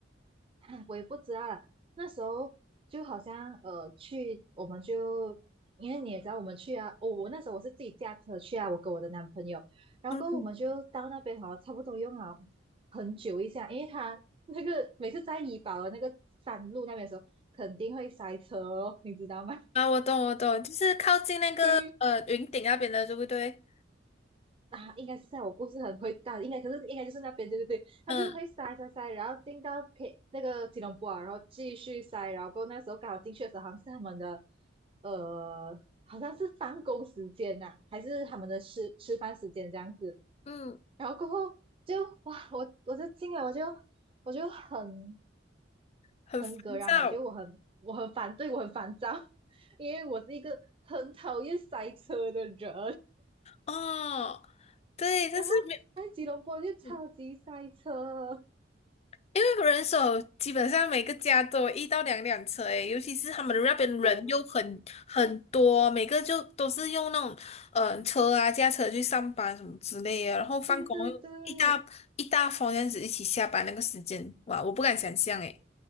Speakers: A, on the right; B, on the left.
A: <clears throat> 啊我也不知道啦，那时候就好像呃去，我们就因为你也知道我们去啊，我、我那时候我是自己驾车去啊，我跟我的男朋友，然后过后我们就到那边哦，
B: 嗯，
A: 差不多用了很久一下，因为他那个每次在怡保的那个山路那边的时候，肯定会塞车哦，你知道吗？
B: 啊，我懂，我懂，就是靠近那个呃云顶那边的，
A: <laughs> 对，
B: 对不对？
A: 啊，应该是在我不是很会干，应该可是应该就是那边，对对对，他就是会塞塞塞，
B: 嗯，
A: 然后进到 K 那个吉隆坡啊，然后继续塞，然后过后那个时候刚好进去的时候，好像是他们的呃，好像是放工时间呐、还是他们的吃吃饭时间这样子，
B: 嗯，
A: 然后过后就哇，我我就进来，我就我就很
B: 很烦躁。
A: 很葛然嘛，就我很我很反对，我很烦躁，<laughs> 因为我是一个很讨厌塞车的人。
B: 哦，对，但是没。
A: 然后在吉隆坡就超级塞车，
B: 嗯因为人手基本上每个家都有一到两辆车诶，尤其是他们那边人又很很多，
A: 对，
B: 每个就都是用那种嗯车啊、驾车去上班什么之类的，然后放工又一大一大方样子一起下班那个时间，
A: 对对对
B: 哇，我不敢想象诶。